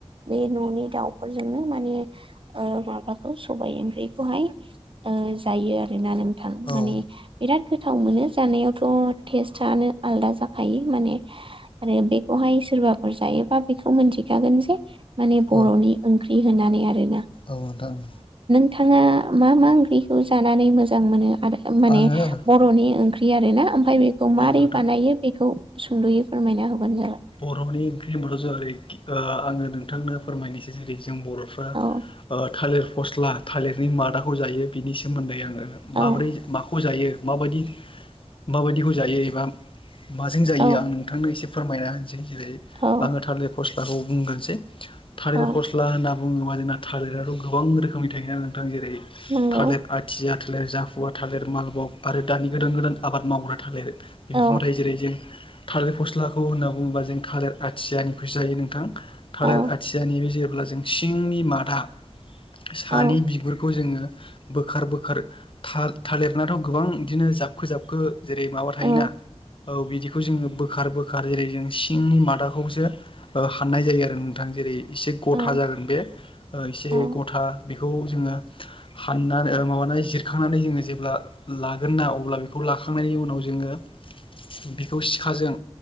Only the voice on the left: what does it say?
नोंथां
औ
औ नोंथां।
आङो
औ
नोंथां
बर'नि ओंख्रि होनबाथ' जों ओरै आङो नोंथांनो फोरमायनोसै जेरै जों बर'फ्रा ओ
थालिर फस्ला थालिरनि मादाखौ जायो बिनि सोमोन्दै आङो
माब्रै माखौ जायो माबायदि माबायदिखौ जायो एबा माजों जायो
आं नोंथांनो एसे फोरमायना होनसै जेरै
आङो थालिर फस्लाखौ बुंगोरसै थालिर
फस्ला होनना बुङोबा जोंना थालिराथ' गोबां रोखोमनि थायोना नोंथां जेरै
थालिर आथिया थालिर जाफुवा थालिर मालबग आरो दानि गोदान गोदान आबाद मावग्रा थालिर। बिफां
थायो जेरै जों थालिर फस्लाखौ होनना बुंङोबा जों थालिर आथियानिखौसो जायो नोंथां थालिर
आथियानि बे जेब्ला जों सिंनि मादा सानि
बिगुरखौ जोङो बोखार बोखार था थालिरनाथ' गोबां बिदिनो जाबखो जाबखो जेरै माबा थायोना
औ बिदिखौ जोङो बोखार बोखार जेरै जों सिंनि मादाखौसो ओ हाननाय जायो आरो नोंथां जेरै एसे गथा
जागोन बे ओ एसे
गथा बे बेखौ जोङो। हाननानै माबानानै जिरखांनानै जोङो जेब्ला लागोन ना अब्ला बेखौ लाखांनायनि उनाव जोङो। बेखौ सिखाजों